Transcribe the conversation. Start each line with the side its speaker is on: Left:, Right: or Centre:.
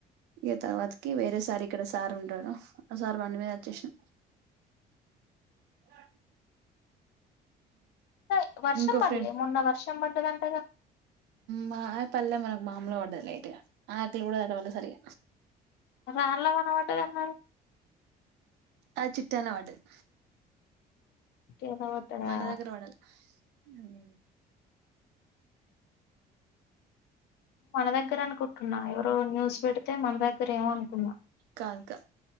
Right: ఇగ తర్వాత కి వేరే సార్ ఇక్కడ సార్ ఉంటారు. ఆ సార్ బండి మీద వచ్చేసిన. ఆ
Left: హై వర్షం
Right: ఇంకో
Left: పడలే,
Right: ఫ్రెండ్
Left: మొన్న వర్షం పడ్డదంటగా?
Right: మా పల్లె. మనకి మామలు గా పడ్డది లేయిట్గా. ఆకులుకూడ తడవలే సరిగ.
Left: రాళ్ల వాన పడ్డదన్నారు?
Right: అ చిట్టాన పడ్డది.
Left: ఏదో పడ్డదా
Right: మన దగ్గర పడలే. మ్
Left: మన దగ్గర అనుకుటున్నా. ఎవరో న్యూస్ పెడితే మన దగ్గరేమో అనుకున్నా.
Right: కాదుకా